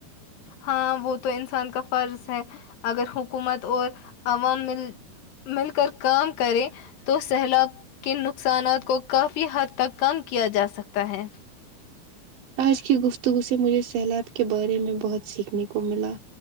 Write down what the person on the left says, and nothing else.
ہاں وہ تو انسان کا فرض ہے اگر حکومت اور عوام میل مل کر کام کرے تو سیلاب کے نقصانات کو کافی حد تک کم کیا جا سکتا ہے